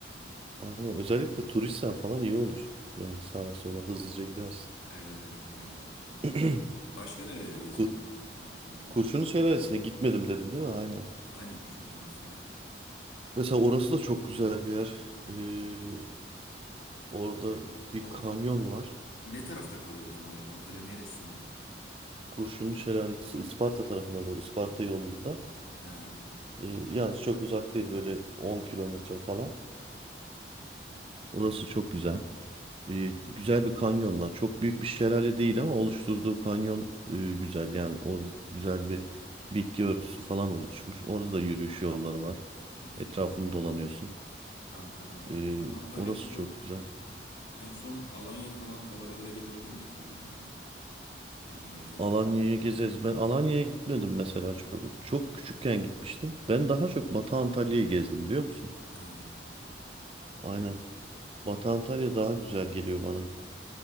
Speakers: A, on the right (about 30°); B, on the left (about 85°).
A: Aynen. Özellikle turistsen falan iyi olur. Yani sağa sola hızlıca gidersin.
B: Evet evet öyle abi.
A: <clears throat>
B: Başka nerelere geçebilirim
A: Ku-
B: Antalya'da?
A: Kurşunlu Şelalesi'ne gitmedim dedin değil mi? Aynen.
B: Aynen Kurşun Senesi'ne gitmedim.
A: Mesela orası da çok güzel bir yer. Ee, orada bir
B: O
A: kanyon var.
B: ne tarafta kalıyor tam olarak? Antalya neresinde?
A: Kurşunlu Şelalesi Isparta tarafına doğru. Isparta yolunda.
B: Ha,
A: Ee, yalnız çok uzak değil. Böyle 10 kilometre falan. Orası çok güzel. Ee, güzel bir kanyon var. Çok büyük bir şelale değil ama oluşturduğu kanyon e, güzel. Yani orada
B: hmm,
A: güzel bir bitki örtüsü falan oluşmuş. Orada da yürüyüş yolları var.
B: güzel.
A: Etrafını dolanıyorsun.
B: Antalya.
A: Ee,
B: O zaman Antalya
A: orası
B: turu
A: çok güzel.
B: en son Alanya falan oraları da gezebilir miyiz? Alanya'da gidebileceğimiz yerler.
A: Alanya'ya
B: mi?
A: gezeriz. Ben Alanya'ya gitmedim mesela çok. Çok küçükken gitmiştim. Ben daha çok Batı Antalya'yı gezdim biliyor musun?
B: Ha,
A: Aynen. Batı Antalya daha güzel geliyor bana.